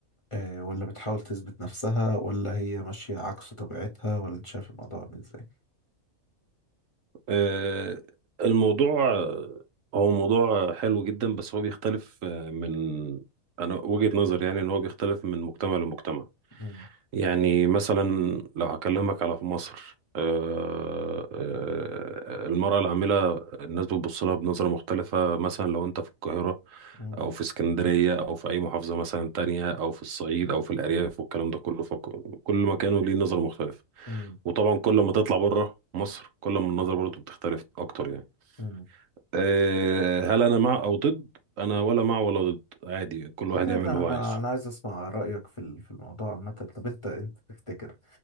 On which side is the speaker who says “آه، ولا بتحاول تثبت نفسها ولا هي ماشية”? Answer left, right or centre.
Left